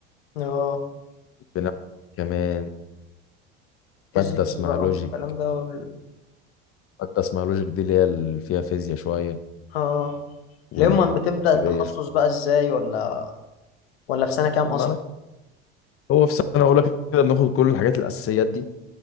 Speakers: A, on the left; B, on the left.
A: اه
B: بناخد كمان
A: فيزيكس
B: ماده اسمها
A: بقى
B: لوجيك
A: والكلام ده وال...
B: مادة اسمها لوجيك دي اللي هي اللي فيها فيزياء شوية
A: اه
B: والبرمجية
A: لما بتبدأ التخصص
B: شوية
A: بقى ازاي ولا ولا في سنة كام اصلا
B: معنى هو في سنة أولى كده بناخد كل الحاجات الأساسيات دي